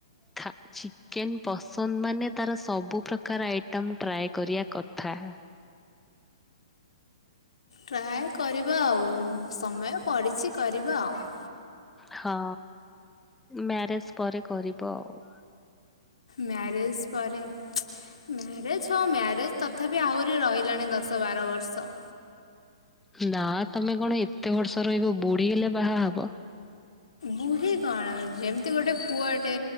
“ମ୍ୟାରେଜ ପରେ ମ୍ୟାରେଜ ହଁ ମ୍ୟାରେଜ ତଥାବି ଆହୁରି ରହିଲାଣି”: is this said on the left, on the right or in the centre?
Left